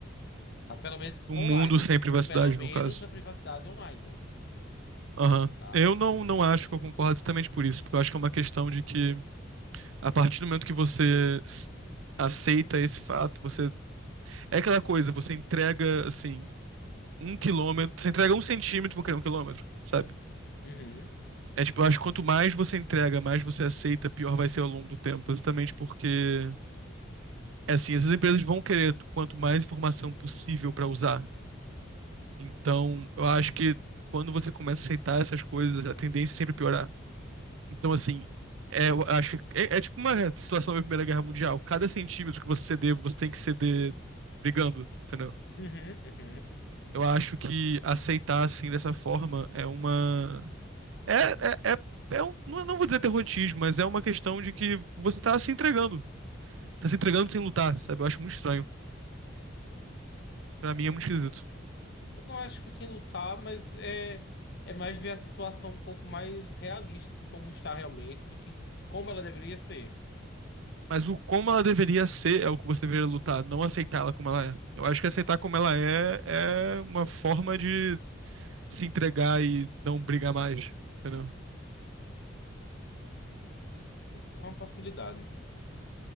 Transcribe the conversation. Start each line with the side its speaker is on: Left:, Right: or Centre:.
Left: tá? Pelo menos
Right: O
Left: online.
Right: mundo sem privacidade,
Left: Pelo menos
Right: no caso.
Left: a privacidade online,
Right: Aham.
Left: tá?
Right: Eu não, não acho que eu concordo exatamente por isso, porque eu acho que é uma questão de que, a partir do momento que você s- aceita esse fato, você. É aquela coisa, você entrega, assim, um quilômetro. Você entrega um centímetro, vou criar um quilômetro, sabe?
Left: Uhum,
Right: É tipo, eu acho que quanto mais você entrega, mais você aceita, pior vai ser ao longo do tempo. Exatamente porque, é assim, essas empresas vão querer quanto mais informação possível pra usar. Então, eu acho que quando você começa a aceitar essas coisas, a tendência é sempre piorar. Então, assim, é, eu acho que é, é tipo uma situação da Primeira Guerra Mundial. Cada centímetro que você ceder, você tem que ceder brigando, entendeu?
Left: uhum, uhum.
Right: Eu acho que aceitar assim dessa forma é uma. É, é, é, é um- não não vou dizer derrotismo, mas é uma questão de que você tá se entregando. Tá se entregando sem lutar, sabe? Eu acho muito estranho. Pra mim é muito esquisito.
Left: Não acho que assim lutar, mas é, é mais ver a situação um pouco mais realista de como está realmente do que como ela deveria ser.
Right: Mas o como ela deveria ser é o que você deveria lutar, não aceitar ela como ela é. Eu acho que aceitar como ela é é uma forma de se entregar e não brigar mais, entendeu?
Left: É uma possibilidade.